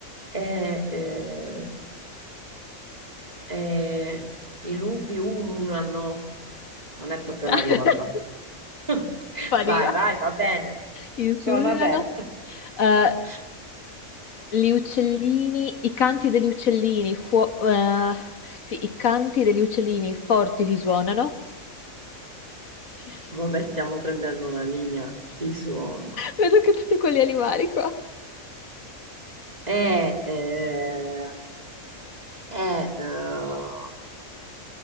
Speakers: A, on the right; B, on the left.
A: Eh, eh, eh, i lupi ululano. Non è proprio
B: <laughs>
A: una rima, però. <laughs>
B: Spariva
A: Vai, vai, va bene.
B: il
A: Suona
B: fulgano.
A: bene.
B: Eh,
A: <laughs>
B: gli uccellini, i canti degli uccellini, fuo- eh, sì, i canti degli uccellini forti risuonano. <laughs>
A: Vabbè, stiamo prendendo una linea. Risuonano.
B: Vedo che tutti quegli animali qua.
A: è, eh, è, eh,